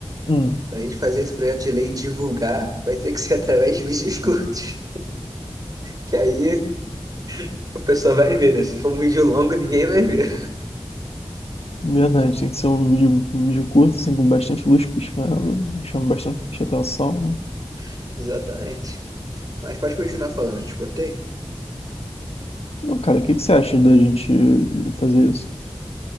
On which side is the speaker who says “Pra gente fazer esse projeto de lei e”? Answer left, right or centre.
Right